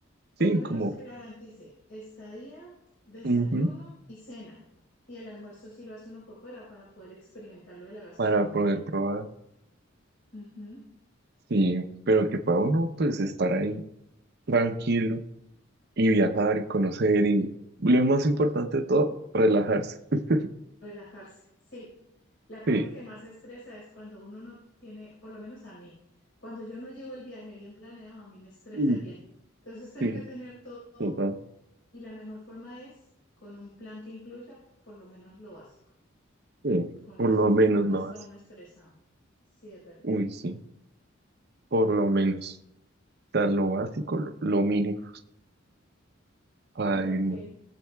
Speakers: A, on the right; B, on the left.
A: sí,
B: Por lo menos
A: como,
B: que garantice estadía, desayuno
A: ujú,
B: y cena. Y el almuerzo sí lo hace uno por fuera para poder experimentar lo de la gastronomía.
A: para poder probar.
B: Ujú.
A: Sí, pero que para uno, pues, estar ahí tranquilo y viajar y conocer y, lo más importante de todo, relajarse. <laughs>
B: Relajarse, sí. La parte
A: Sí,
B: que más estresa es cuando uno no tiene, por lo menos a mí, cuando yo no llevo el viaje bien planeado, a mí me estresa
A: Mm.
B: el viaje. Entonces tengo
A: sí,
B: que tener todo
A: total.
B: y la mejor forma es con un plan que incluya por lo menos lo básico.
A: Sí,
B: Con
A: por
B: eso
A: lo menos
B: no
A: lo
B: está
A: básico.
B: uno estresado. Sí, es verdad.
A: Uy, sí, por lo menos. O sea, lo básico, lo, lo mínimo. Ay,
B: Ok.
A: no.